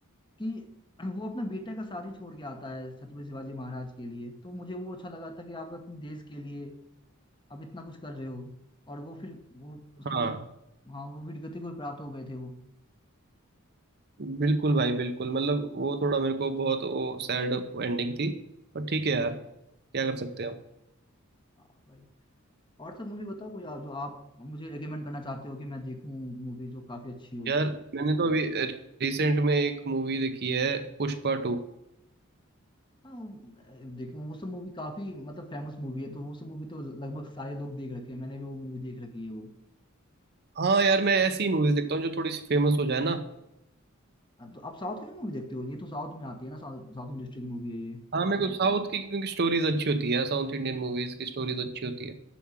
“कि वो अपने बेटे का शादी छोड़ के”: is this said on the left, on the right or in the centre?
Left